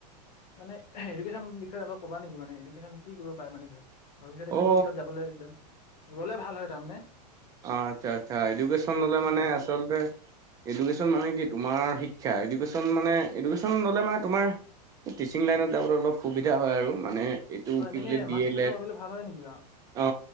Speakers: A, on the left; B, on the right.
A: মানে এডুকেশ্যন বিষয়ে অল ক'ব নেকি মানে এডকেশ্যন কি কৰ। পাই মানে ভৱিষ্যতে কি
B: অ
A: দিশত যাবলৈ যাম যলে ভাল হয় তাৰমানে।
B: অ আচ্ছা আচ্ছা এডুকেশচন
A: এডু
B: ললে
A: এডুকেশ্যন
B: মানে আচলতে। এডকেশ্যন মানে কি তোমাৰ শিক্ষা। ন মানে এডুকেশ্যন ল'লে মানে তোমাৰ টিচিং লাইনত যাবলৈ অলপ সুবিধা হয় আৰু মানে। এইটো
A: অ'
B: কি
A: এনেকে
B: বুলি ডি
A: মাষ্টৰ
B: এল
A: চাষ্টৰ
B: এড
A: কৰিবলৈ ভাল হয় নেকি বাৰু
B: অ